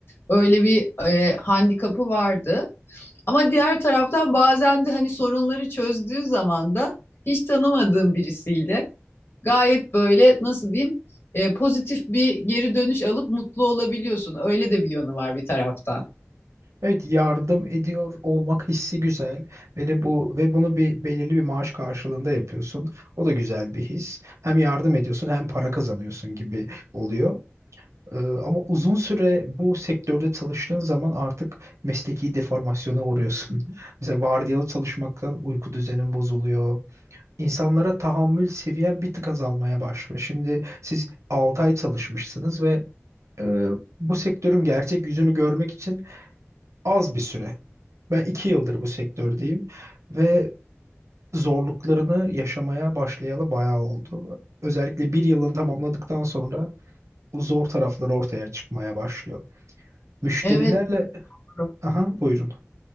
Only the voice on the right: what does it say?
Evet yardım ediyor olmak hissi güzel ve de bu ve bunu bir belirli bir maaş karşılığında yapıyorsun. O da güzel bir his. Hem yardım ediyorsun hem para kazanıyorsun gibi oluyor. Ee, ama uzun süre bu sektörde çalıştığın zaman artık mesleki deformasyona uğruyorsun. <laughs> Mesela vardiyalı çalışmaktan uyku düzenin bozuluyor. İnsanlara tahammül seviyen bir tık azalmaya başlıyor. Şimdi siz 6 ay çalışmışsınız ve e, bu sektörün gerçek yüzünü görmek için az bir süre. Ben iki yıldır bu sektördeyim ve zorluklarını yaşamaya başlayalı bayağı oldu. Özellikle bir yılını tamamladıktan sonra o zor tarafları ortaya çıkmaya başlıyor. Müşterilerle...
Aha buyurun.